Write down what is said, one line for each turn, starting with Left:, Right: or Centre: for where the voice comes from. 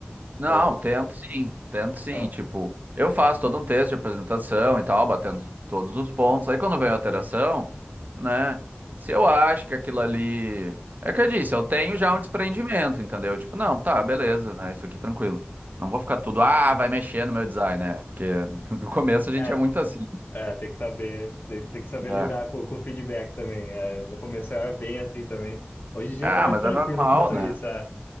Right: Não,
Left: Ou,
Right: tento sim, tento sim.
Left: ah,
Right: Tipo, eu faço todo um texto de apresentação e tal, batendo todos os pontos. Aí quando vem a alteração,
Left: sim,
Right: né? Se eu acho que aquilo ali. É que eu disse, eu tenho já um desprendimento, entendeu? Tipo, não, tá,
Left: sim.
Right: beleza, né? Isso aqui tranquilo. Não vou ficar tudo, ah, vai mexer no meu design, né? Porque <laughs> no começo a gente
Left: É,
Right: é muito assim,
Left: é, tem que saber, tem, tem que saber
Right: né?
Left: lidar com, com o feedback também. É, eu, no começo eu era bem assim também. Hoje em dia
Right: Ah,
Left: eu tô mais
Right: mas
Left: tranquilo
Right: é normal,
Left: enquanto
Right: né?
Left: isso, é.